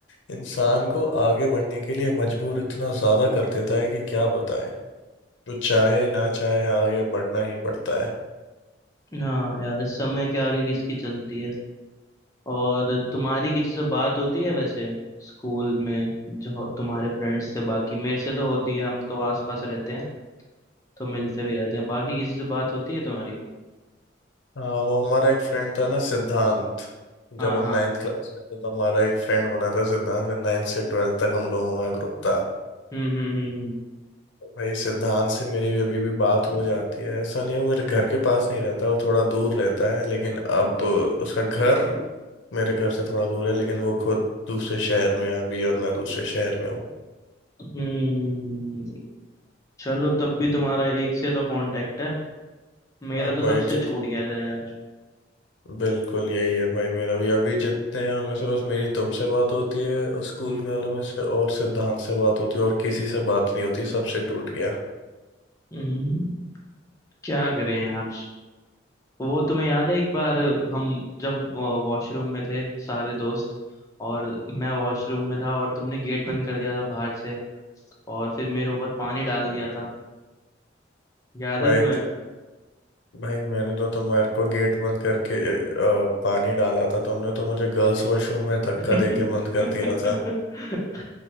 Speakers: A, on the left; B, on the left.
A: इंसान को आगे बढ़ने के लिए मजबूर इतना ज्यादा कर देता है कि क्या बताएं वो चाहे ना चाहे आगे बढ़ना ही पड़ता है
B: हाँ यार समय के आगे किसकी चलती है और
A: वो-
B: तुम्हारी किसी से बात होती है वैसे स्कूल में जो तुम्हारे फ्रेंड्स से बाकी मेरे से तो होती है हम तो आसपास रहते हैं तो मिलते भी रहते हैं बाकी किसी से बात होती है तुम्हारी
A: हाँ वो हमारा एक फ्रेंड था ना सिद्धांत
B: हाँ
A: जब हम
B: हाँ
A: नाइन्थ क्लास में थे तो हमारा एक फ्रेंड बना था सिद्धांत फिर नाइन्थ से ट्वेल्थ तक हम लोगों का ग्रुप था
B: हम्म हम्म हम्म
A: भाई सिद्धांत से मेरी भी अभी भी बात
B: हम्म
A: हो जाती है ऐसा नहीं है वो मेरे घर के पास नहीं रहता वो थोड़ा दूर रहता है लेकिन अब उसका घर मेरे घर से थोड़ा दूर है लेकिन वो खुद दूसरे शहर में है अभी और मैं दूसरे शहर में हूँ
B: हम्म, चलो तब भी तुम्हारा एक से तो कांटेक्ट है मेरा
A: हाँ
B: तो
A: भाई
B: सबसे
A: जित
B: छूट गया था यार
A: बिल्कुल यही है भाई मेरा भी अभी जितने हैं उनमें से बस मेरी तुमसे बात होती है स्कूल
B: हम्म
A: वालों में से और सिद्धांत से बात होती है और किसी से बात नहीं होती सबसे टूट गया
B: हम्म क्या करें यार वो तुम्हें याद है एक बार हम जब वॉशरूम में थे सारे दोस्त और मैं वॉशरूम में था और तुमने गेट बंद कर दिया था बाहर से और फिर मेरे ऊपर पानी डाल दिया था याद
A: भाई
B: है तुम्हें
A: भाई मैंने तो तुम्हारे को गेट बंद करके अ, पानी डाला था तुमने तो मुझे गर्ल्स वॉशरूम में धक्का
B: <laughs>
A: दे के बंद कर दिया था